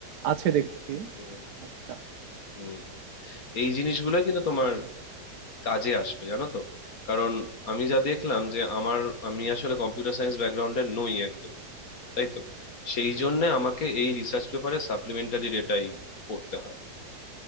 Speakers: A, on the right; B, on the left.
A: আছে দেখছি
B: হুম
A: আচ্ছা
B: হুম এই জিনিসগুলোই কিন্তু তোমার কাজে আসবে জানো তো কারণ আমি যা দেখলাম যে আমার আমি আসলে কম্পিউটার সায়েন্স ব্যাকগ্রাউন্ডের নই একদম তাই তো সেই জন্য আমাকে এই রিসার্চ পেপারে সাপ্লিমেন্টারি ডেটাই পড়তে হয়